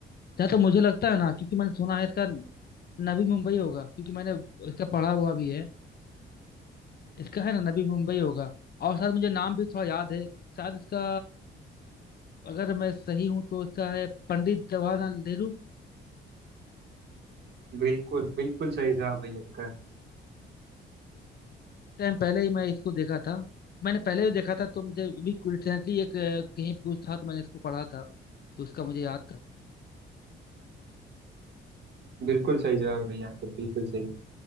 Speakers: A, on the left (about 50°); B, on the right (about 60°).
A: जहाँ तो मुझे लगता है ना क्योंकि मैंने सुना है इसका नवी मुंबई होगा क्योंकि मैंने इसका पढ़ा हुआ भी है इसका है ना नवी मुंबई होगा और शायद मुझे नाम भी थोड़ा याद है शायद इसका अगर मैं सही हूँ तो इसका है पंडित जवाहरलाल नेहरू
B: बिल्कुल बिल्कुल सही जवाब भैया का
A: टाइम पहले ही मैं इसको देखा था मैंने पहले भी देखा था तो मुझे भी रिसेंटली एक अ, कहीं कुछ था तो मैंने इसको पढ़ा था तो उसका मुझे याद था
B: बिल्कुल सही जवाब भैया आपका बिल्कुल सही